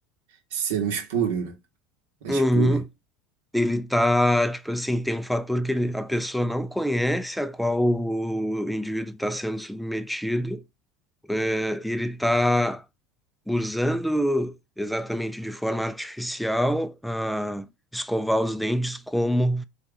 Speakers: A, on the right; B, in the centre.
A: ser um espúrio, né? Uma
B: uhum,
A: espúria.
B: ele tá, tipo assim, tem um fator que ele- a pessoa não conhece a qual o indivíduo está sendo submetido, é, e ele tá usando exatamente de forma artificial a escovar os dentes como